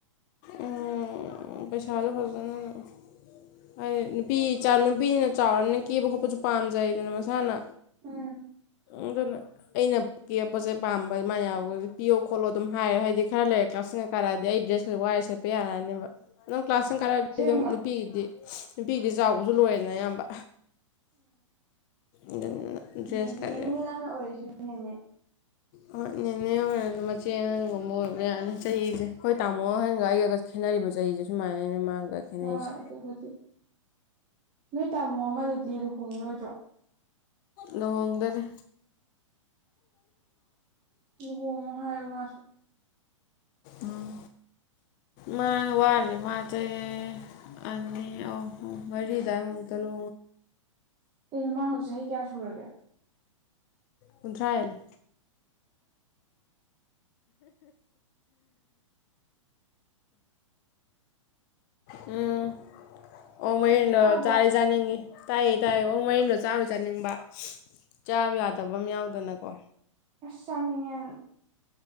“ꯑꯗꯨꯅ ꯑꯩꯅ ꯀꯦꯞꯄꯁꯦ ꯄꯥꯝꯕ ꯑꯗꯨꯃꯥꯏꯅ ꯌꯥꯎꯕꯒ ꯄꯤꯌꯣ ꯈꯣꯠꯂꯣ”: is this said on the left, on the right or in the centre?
Left